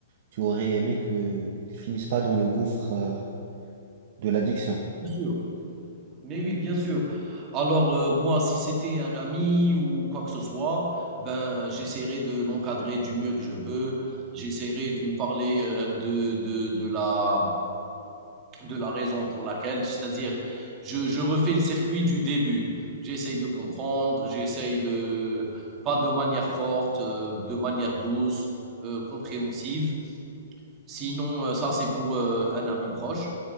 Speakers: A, on the right (about 50°); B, on the right (about 25°).
A: tu aurais aimé qu'ils finissent pas dans le gouffre, euh, de l'addiction.
B: bien sûr. Mais oui, bien sûr. Alors, euh, moi, si c'était un ami ou quoi que ce soit, ben, j'essaierai de l'encadrer du mieux que je peux. J'essaierai de lui parler euh, de, de, de la, de la raison pour laquelle, c'est-à-dire, je, je refais le circuit du début. J'essaye de comprendre, j'essaye de, pas de manière forte, euh, de manière douce, euh, compréhensive. Sinon, euh, ça, c'est pour euh, un ami proche.